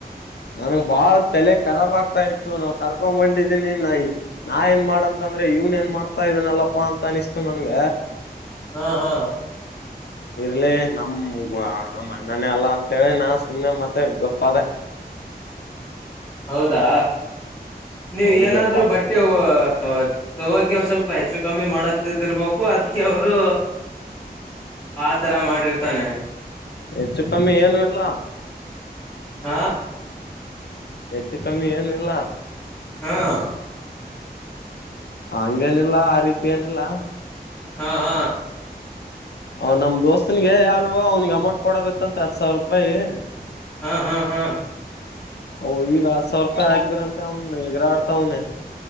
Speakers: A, on the left; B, on the left.
A: ನನ್ಗ್ ಬಾಳ್ ತಲೆ ಖರಾಬ್ ಆಗ್ತಾ ಇತ್ತು ನಾವ್ ಕರ್ಕೊಬಂದಿದೀನಿ ನಾ ನಾ ಏನ್ ಮಾಡಂತ. ಅಂದ್ರೆ ಇವನ್ ಏನ್ ಮಾಡ್ತಾ ಇದನಲ್ಲಪ್ಪಾ ಅಂತಾ ಅನಿಸ್ತು ನನ್ಗ.
B: ಹಾ ಹಾ.
A: ಇರ್ಲಿ ನಮ್ಗ ನಮ್ಮ್ ಅಣ್ಣಾನೇ ಅಲ್ಲಾ ಅಂತೇಳಿ ನಾ ಸುಮ್ನೆ ಮತ್ತೆ ಗಪ್ಪ ಆದೆ.
B: ಹೌದಾ. ನೀವು
A: ಹೌದಪ್ಪಾ
B: ಏನಾದ್ರೂ ಬಟ್ಟೆ ಒ ಒ ತಗೋಕೆ ಒಂದ್ ಸ್ವಲ್ಪ ಹೆಚ್ಚು. ಕಮ್ಮಿ ಮಾಡತಿದಿರರ್ಬೇಕು ಅದ್ಕೆ ಅವ್ರು. ಆತರಾ ಮಾಡಿರ್ತಾನೆ.
A: ಹೆಚ್ಚು ಕಮ್ಮಿ ಏನು ಇಲ್ಲ
B: ಹ.
A: ಹೆಚ್ಚು ಕಮ್ಮಿ ಏನು ಇಲ್ಲಾ.
B: ಹಾಂ.
A: ಹಂಗೇನಿಲ್ಲಾ ಆ ರೀತಿ ಏನಿಲ್ಲಾ.
B: ಹ ಹ.
A: ಅವ್ ನಮ್ ದೋಸ್ತನಿಗೆ ಯಾರೊ ಅವನಿಗೆ ಅಮೌಂಟ್ ಕೊಡದಿತ್ತಂತ ಹತ್ ಸಾವಿರುಪಾಯಿ.
B: ಹಾ ಹಾ ಹಾ.
A: ಅವ ಈಗ ಹತ್ ಸಾವಿರೂಪಾಯಿ ಹಾಕಿದ್ರಂತ ಅವನ ಎಗರಾಡ್ತವನೆ.